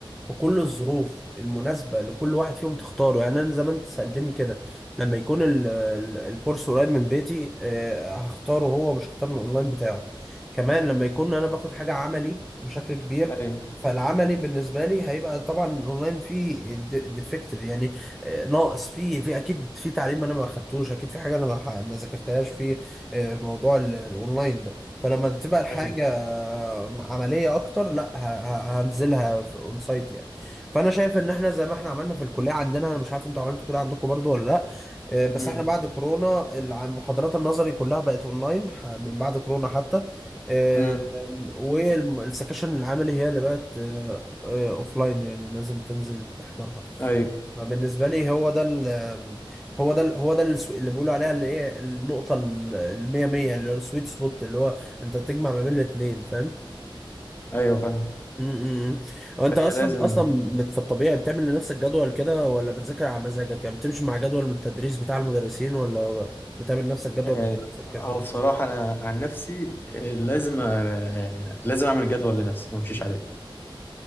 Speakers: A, in the centre; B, on the left.
A: في كل الظروف المناسبه لكل واحد فيهم تختاره يعني انا زمان انت سالتني كده لما يكون ال- ال- الكورس قريب من بيتي آه، هختاره هو مش هختار الاونلاين بتاعه كمان لما يكون انا باخد حاجه عملي بشكل كبير
B: ايوه
A: فالعملي بالنسبه لي هيبقى طبعا الاونلاين فيه ديفكتد يعني آه، ناقص فيه في اكيد في تعليم انا ما اخدتوش اكيد في حاجه انا ما ما ذاكرتهاش فيه آه، موضوع ال- الاونلاين ده فلما تبقى الحاجه
B: ايوه
A: آه، عمليه اكتر لا ه- ه- هنزلها في اون سايت يعني فانا شايف ان احنا زي ما احنا عملنا في الكليه عندنا انا مش عارف انتوا عملتوا كده عندكم برضو ولا لا آه، بس
B: امم
A: احنا بعد كورونا الع- محاضرات النظري كلها بقت اونلاين ح- من بعد كورونا حتى آه،
B: امم
A: والسكاشن العملي هي اللي بقت اوفلاين يعني لازم تنزل تحضرها
B: ايوه
A: ما بالنسبة لي هو ده ال هو ده ال هو ده السو- اللي بيقولوا عليها اللي ايه النقطة ال- المية مية اللي هو السويت سبوت اللي هو انت تجمع ما بين الاتنين فاهم؟
B: ايوه فاهم
A: امم هو انت اصلا
B: هي لازم
A: اصلا بت- في الطبيعي بتعمل لنفسك جدول كده ولا بتذاكر على مزاجك يعني بتمشي مع جدول من التدريس بتاع المدرسين ولا بتعمل لنفسك جدول
B: يعني
A: مع نفسك كده
B: هو بصراحة أنا عن نفسي آه، لازم آه، يعني لازم أعمل جدول لنفسي ما أمشيش عليه